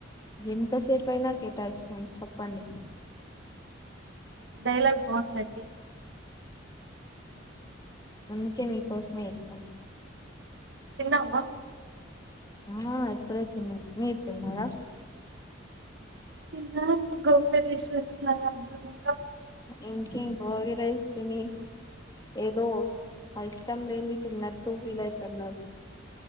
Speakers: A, on the left; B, on the right.
A: ఎంతసేపు అయినా కేటాయిస్తాం చెప్పండి
B: డైలాగ్ బాగుందండి
A: అందుకే మీకోశమే ఏసినా
B: తిన్నా వా
A: ఆ ఇప్పుడే తిన్న మీ ర్ తిన్నారా
B: తిన్న అండి గోబీ రైస్ చాలా అద్భుతం
A: ఇంకెం గ్ గోబీ రైస్ తిని ఏదో ఐస్ ఇష్టం లేనిది తిన్నట్టు ఫీల్ అయి తన్నాస్